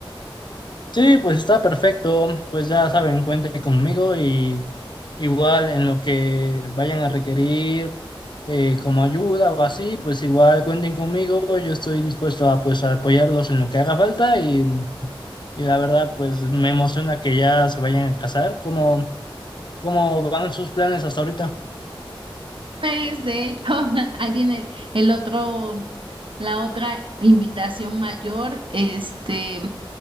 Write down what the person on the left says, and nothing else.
Sí, pues está perfecto. Pues ya saben, cuenten conmigo y igual en lo que vayan a requerir eh, como ayuda o así, pues igual cuenten conmigo. Yo estoy dispuesto a pues a apoyarlos en lo que haga falta y, y la verdad pues me emociona que ya se vayan a casar. ¿Cómo, cómo van sus planes hasta ahorita?